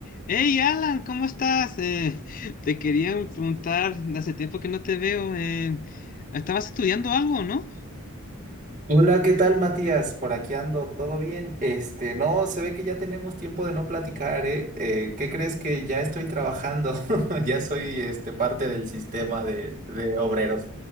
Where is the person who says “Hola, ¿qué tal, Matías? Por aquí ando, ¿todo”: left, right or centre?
Right